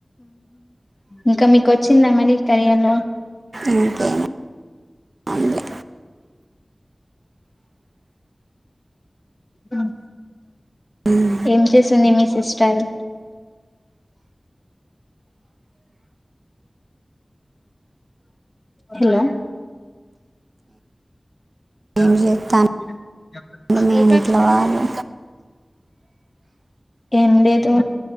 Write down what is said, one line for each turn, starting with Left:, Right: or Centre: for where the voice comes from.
Left: ఇంకా మీకు వచ్చిందా మరి కెరియర్ లో
Right: ఇంకేం ఉండలే
Left: అ
Right: ఉమ్,
Left: ఏం చేసింది మీ సిస్టర్ హలో <unintelligible>
Right: ఏం చేస్తాను మీ ఇంట్లో వాళ్ళు
Left: ఏం లేదు